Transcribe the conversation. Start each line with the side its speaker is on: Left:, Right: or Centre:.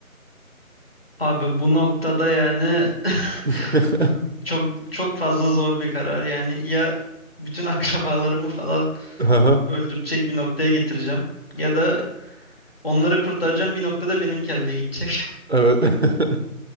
Left: Abi bu noktada yani <laughs>
Right: <laughs>
Left: çok çok fazla zor bir karar. Yani ya bütün <laughs> akrabalarımı falan
Right: Aha,
Left: öldürecek bir noktaya getireceğim ya da onları kurtaracağım bir noktada benim kelle gidecek.
Right: Evet. <laughs>